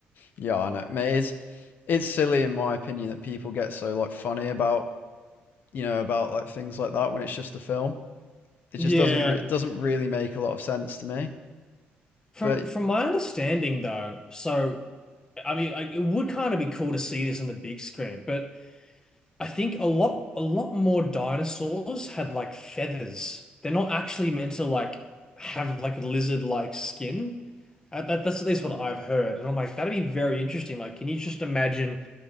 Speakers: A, on the left (about 60°); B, on the left (about 20°).
A: yeah, I know. Mate, it's it's silly in my opinion that people get so like funny about you know about like things like that when it's just a film. It
B: Yeah.
A: just doesn't re- it doesn't really make a lot of sense to me.
B: From
A: But
B: from my understanding, though, so I mean, I, it would kind of be cool to see this on the big screen, but. I think a lot a lot more dinosaurs had like feathers. They're not actually meant to like have like a lizard-like skin. Uh, That, that's at least what I've heard. And I'm like, that'd be very interesting. Like, can you just imagine